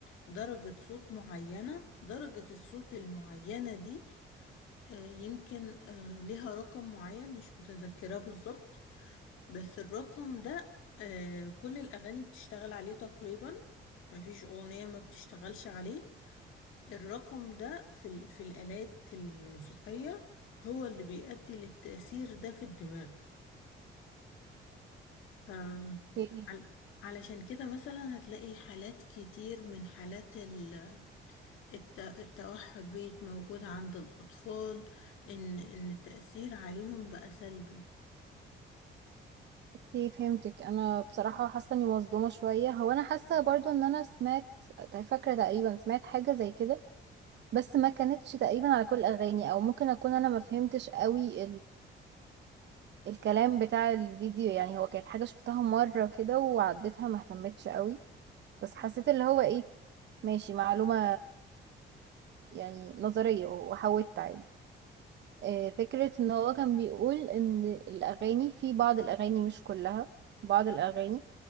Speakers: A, on the left; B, on the right.
A: درجة صوت معينة درجة الصوت المعينة دي آه، يمكن آه، ليها رقم معين مش متذكرة بالظبط بس الرقم ده آه، كل الأغاني بتشتغل عليه تقريبا مفيش أغنية ما بتشتغلش عليه الرقم ده في ال- في الآلات الموسيقية هو اللي بيؤدي للتأثير ده في الدماغ آم،
B: اوكي
A: عل- علشان كده مثلا هتلاقي حالات كتير من حالات ال- الت- التوحد بقت موجودة عند الأطفال إن إن التأثير عليهم بقى سلبي
B: اوكي، فهمتك انا بصراحة حاسة اني مصدومة شوية هو انا حاسة برضو ان انا سمعت طيب فاكرة تقريبا سمعت حاجة زي كده بس ما كانتش تقريبا على كل الاغاني او ممكن اكون انا ما فهمتش قوي الكلام بتاع الفيديو يعني هو كانت حاجة شفتها مرة كده وعديتها ما اهتمتش قوي بس حسيت اللي هو ايه ماشي معلومة يعني نظرية وحاولت عادي آه، فكرة ان هو كان بيقول ان الاغاني في بعض الاغاني مش كلها بعض الاغاني